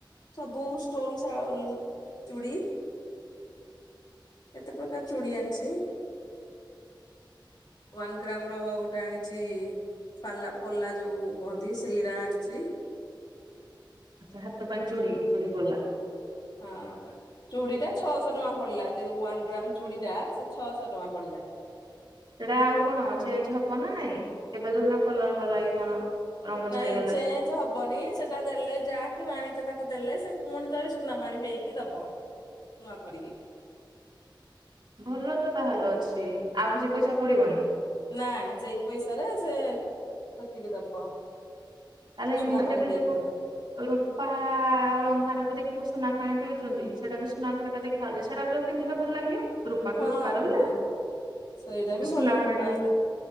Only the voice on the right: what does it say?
ଆଚ୍ଛା ହାତ ପାଇଁ ଚୁଡ଼ି ଚୁଡ଼ି ପଲା।
ସେଇଟା ଆଉ କଣ ଚେଞ୍ଜ ହବ ନା ନାଇଁ କେବେ ଯୋଉ ଦିନ କଲର ଗଲା କି କଣ? ରଙ୍ଗ
ଛାଡିଗଲେ
ଭଲ ତ ତାହେଲେ ଅଛି ଆଉ କିଛି ପଇସା ପଡ଼ିବନି।
ତାହେଲେ ଏମିତି
ରେ ବି
ଯୋଉ।
ରୂପା ଅଳଙ୍କାର କୁ ଦେଖିବ ସୁନା ପାଣି ପିଉଛନ୍ତି ସେଟା ବି ସୁନା ପରିକା ଦେଖ ଦେଖା ଯାଉଛି ସେଇଟା ପୂରା ପିନ୍ଧିଲ ଭଲ ଲାଗିବ। ରୂପାକୁ
ରୂପାର ହେଲା,
ସୁନା
ପାଣି।